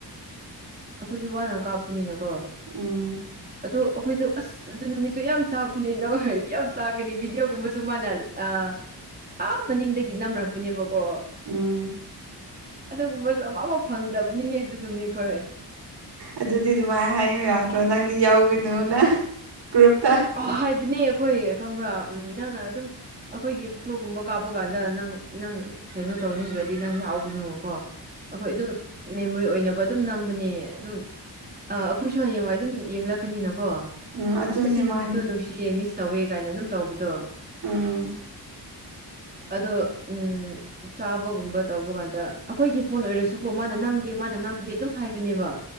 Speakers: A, on the right; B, on the right.
A: ꯑꯩꯈꯣꯏꯁꯨ ꯋꯥꯅ ꯀꯥꯞꯄꯅꯤꯅ ꯀꯣ
B: ꯎꯝ
A: ꯑꯗꯣ ꯑꯩꯈꯣꯏꯗꯣ ꯑꯁ ꯑꯗꯨ ꯅꯨꯃꯤꯠꯇꯨ ꯌꯥꯝ ꯆꯥꯛꯄꯅꯤ ꯅ ꯍꯩꯗꯤ ꯌꯥꯝ ꯆꯥꯛꯀꯅꯤ ꯚꯤꯗꯤꯑꯣꯒꯨꯝꯕꯁꯨ ꯃꯥꯅ ꯑ ꯑ ꯃꯅꯤꯡꯗꯒꯤ ꯅꯝꯔꯛꯄꯅꯦꯕꯀꯣ
B: ꯎꯝ
A: ꯑꯗꯨꯒꯨꯝꯕ ꯑꯃ ꯑꯃ ꯐꯪꯗꯕꯅꯤꯍꯦ ꯑꯗꯨ ꯅꯨꯃꯤꯠꯈꯔꯦ
B: ꯑꯗꯨꯗꯤ ꯑꯗꯨꯃꯥꯏꯅ ꯍꯥꯏꯌꯨ ꯌꯥꯗ꯭ꯔꯣ ꯅꯪꯗꯤ ꯌꯥꯎꯒꯅꯣꯅ ꯒ꯭ꯔꯨꯞꯇ
A: ꯑ ꯍꯥꯏꯕꯅꯦ ꯑꯩꯈꯣꯏ ꯈꯪꯕ꯭ꯔꯥ ꯎꯝ ꯅꯪꯅ ꯑꯗꯨꯝ ꯑꯩꯈꯣꯏꯒꯤ ꯐꯇꯣꯒꯨꯝꯕ ꯀꯥꯞꯄ ꯀꯥꯟꯗ ꯅꯪ ꯅꯪ ꯀꯩꯅꯣ ꯇꯧꯅꯤꯡꯗ꯭ꯔꯗꯤ ꯅꯪ ꯌꯥꯎꯒꯅꯣꯀꯣ ꯑꯩꯈꯣꯏ ꯑꯗꯨꯝ ꯃꯦꯃꯣꯔꯤ ꯑꯣꯏꯅꯕ ꯑꯗꯨꯝ ꯅꯝꯕꯅꯦ ꯑꯗꯨꯝ ꯑꯥ ꯑꯩꯈꯣꯏꯁꯨ ꯍꯌꯦꯡꯋꯥꯏ ꯑꯗꯨꯝ ꯌꯦꯡꯂꯛꯀꯅꯤꯅꯀꯣ
B: ꯎꯝ ꯑꯗꯨꯅꯦ
A: ꯑꯁ ꯑꯁꯤ ꯅꯨꯃꯤꯠꯇꯣ
B: ꯃꯥꯅꯦ
A: ꯅꯨꯡꯁꯤꯌꯦ ꯃꯤꯁ ꯇꯧꯋꯦ ꯀꯥꯏꯅ ꯑꯗꯨꯝ ꯇꯧꯕꯗꯣ
B: ꯎꯝ
A: ꯑꯗꯣ ꯎꯝ ꯆꯥꯕꯒꯨꯝꯕ ꯇꯧꯕ ꯀꯥꯟꯗ ꯑꯩꯈꯣꯏꯒꯤ ꯐꯣꯟ ꯑꯣꯏꯔꯁꯨꯀꯣ ꯃꯥꯅ ꯅꯝꯒꯦ ꯃꯥꯅ ꯅꯝꯒꯦ ꯑꯗꯨꯝ ꯍꯥꯏꯕꯅꯦꯕ